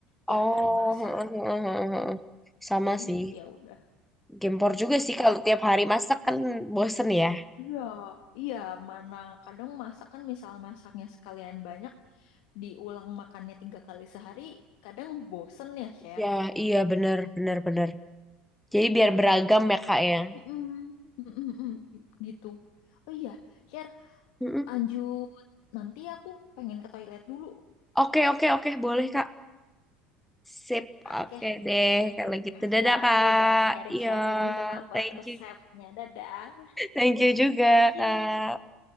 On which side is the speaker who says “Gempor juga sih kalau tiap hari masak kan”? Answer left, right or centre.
Centre